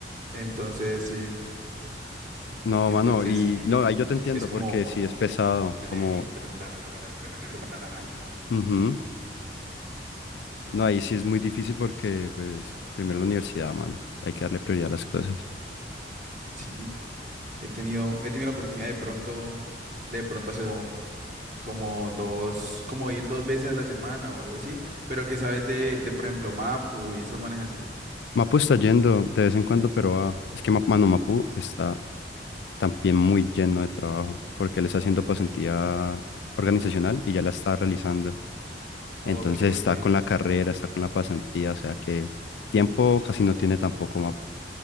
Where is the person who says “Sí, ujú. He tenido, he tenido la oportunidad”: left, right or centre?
Right